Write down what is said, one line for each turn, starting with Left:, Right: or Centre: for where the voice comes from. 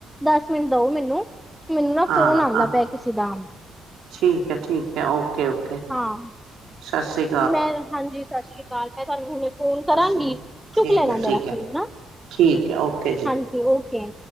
Centre: ਦਸ ਮਿੰਟ ਦੋ ਮੈਨੂੰ। ਮੈਨੂੰ ਨਾ ਫ਼ੋਨ
Right: ਹਾਂ
Centre: ਆਂਦਾ
Right: ਹਾਂ
Centre: ਪਿਆ ਕਿਸੇ ਦਾ,
Right: ਠੀਕ ਹੈ ਠੀਕ ਹੈ ਓਕੇ ਓਕੇ
Centre: ਹਾਂ।
Right: ਸਤਿ ਸੀ
Centre: ਮੈਂ ਹਾਂਜੀ ਸਤਿ ਸ੍ਰੀ ਅਕਾਲ, ਮੈਂ ਤੁਹਾਨੂੰ ਹੁਣੇ ਫੋਨ
Right: ਸਤਿ
Centre: ਕਰਾਂਗੀ,
Right: ਸ਼੍ਰੀ
Centre: ਚੁੱਕ ਲੈਣਾ
Right: ਅਕਾਲ ਠੀਕ
Centre: ਮੇਰਾ
Right: ਹੈ
Centre: ਫ਼ੋਨ
Right: ਠੀਕ ਹੈ
Centre: ਨਾ।
Right: ਠੀਕ ਹੈ ਓਕੇ ਜੀ
Centre: ਹਾਂਜੀ ਓਕੇ।